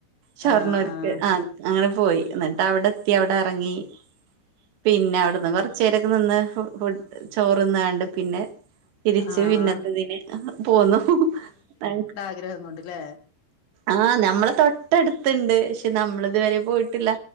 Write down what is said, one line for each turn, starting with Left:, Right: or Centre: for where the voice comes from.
Right: ഷൊർണ്ണൂർക്ക്
Left: ആഹ് ആഹ്
Right: ആ അങ്ങനെ പോയി എന്നിട്ട് അവിടെ എത്തി അവിടെ എറങ്ങി പിന്നെ അവിടെന്ന് കൊറച്ചോ രൊക്കെ നിന്ന് ഫുഡ് ചോറ്ന്ന്ങ്ങാണ്ട് പിന്നെ തിരിച്ച്
Left: ആഹ്
Right: പിന്നത്തതിന് പോന്നു താ
Left: വിഗ്രഹം കൊണ്ട്ല്ലേ
Right: ആ നമ്മൾ തൊട്ടടുത്തുണ്ട് ക്ഷെ നമ്മള ഇതുവരെ പോയിട്ടില്ല